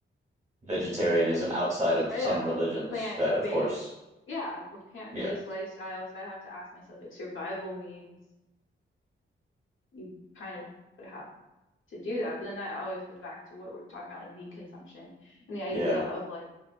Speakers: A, on the right; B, on the left.
A: vegetarianism outside of
B: or
A: some
B: yeah,
A: religions
B: plant-based,
A: that, of course,
B: yeah, plant-based
A: yeah,
B: lifestyle. So I have to ask myself like survival means you kind of would have to do that. But then that always goes back to what we're talking about, like meat consumption and the idea
A: yeah,
B: of like